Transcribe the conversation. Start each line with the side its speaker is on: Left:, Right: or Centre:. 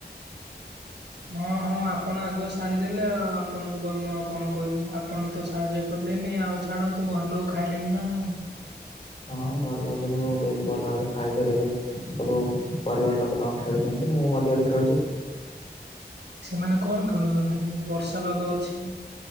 Right: ହଁ ହଁ ଆପଣ ଆଗୁଆ ସାରିଦେଲେ ଆଉ ଆପଣଙ୍କୁ ବା ମୁଁ ଆଉ କଣ କହିବି ଆପଣ ତ ସାହାଯ୍ୟ କଲେନି ଆଉ ଛାଡ଼ନ୍ତୁ ଘର ଲୋକ ଖାଇଲେନି ନା ନାଇଁ?
Left: ହଁ ଭଲ ସବୁ ବେଶ ଭଲ ଭାବରେ ଖାଇକିରି ସବୁ ପରିବାର ଲୋକ ତାଙ୍କୁ ଖେଳୁଛନ୍ତି ମୁଁ ମଧ୍ୟ ଏଠି ଖେଳୁଛି।
Right: ସେମାନେ କଣ ଖେଳୁଛନ୍ତି ବର୍ଷା ପାଗ ଅଛି?